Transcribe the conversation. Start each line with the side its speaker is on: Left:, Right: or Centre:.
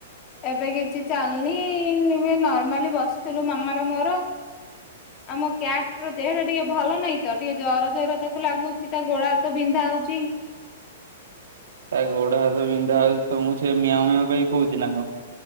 Left: ଏବେ କିଛି ଚାଲୁନି ଏବେ ନର୍ମାଲି ବସିଥିଲୁ ମାମାର ମୋର। ଆମ କ୍ୟାଟ ର ଦେହ ଟା ଟିକେ ଭଲ ନାହିଁ ତ। ଟିକେ ଜର ଜର ତାକୁ ଲାଗୁଚି। ତା ଗୋଡହାତ ବିନ୍ଧା ଆଉଚି।
Right: ତା ଗୋଡ ହାତ ବିନ୍ଧା ହଉଚି। ତମକୁ ସେ ମିଆଁଉ ମିଆଁଉ କହିି କହୁଛି ନା କଣ?